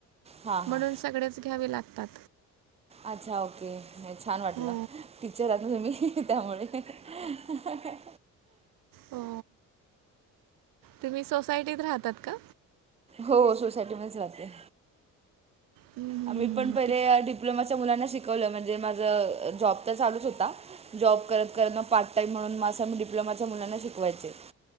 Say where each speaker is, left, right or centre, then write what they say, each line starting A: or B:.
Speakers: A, on the right; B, on the right.
A: हां
B: म्हणून
A: हां
B: सगळेच घ्यावे लागतात.
A: अच्छा ओके नाही छान वाटलं
B: हो
A: टिचर आहात ना तुम्ही अ हं. त्यामुळे अ हं हं हं.
B: हो तुम्ही सोसायटीत राहतात का?
A: हो सोसायटी मध्येच राहाते.
B: हम्म, हम्म,
A: आम्ही
B: हम्म.
A: पण पहिले
B: ते-
A: डिप्लोमाच्या मुलांना शिकवलं म्हणजे माझा जॉब तर चालूच होता. जॉब करत करत न पार्ट टाइम म्हणून मग असं डिप्लोमाच्या मुलांना शिकवायचे.